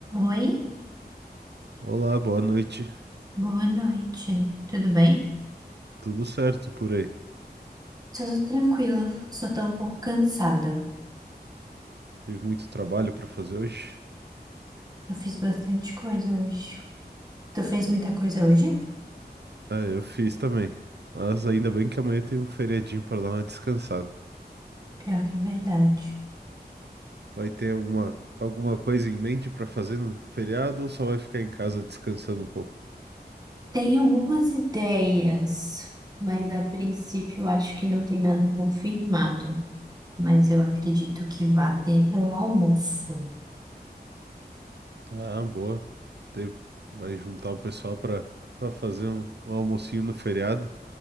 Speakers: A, on the right; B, on the right.
A: Oi,
B: Olá, boa noite.
A: boa noite. Tudo bem?
B: Tudo certo e por aí?
A: Tudo tranquilo, só tô um pouco cansada.
B: Tive muito trabalho para fazer hoje?
A: Eu fiz bastante coisa hoje. Tu fez muita coisa hoje?
B: Ah, eu fiz também. Mas ainda bem que amanhã tem um feriadinho para dar uma descansada.
A: Pior que é verdade.
B: Vai ter alguma, alguma coisa em mente para fazer no feriado ou só vai ficar em casa descansando um pouco?
A: Tenho algumas ideias, mas a princípio eu acho que não tem nada confirmado. Mas eu acredito que vá ter um almoço.
B: Ah, boa. Tem- Vai juntar o pessoal para para fazer um, um almocinho no feriado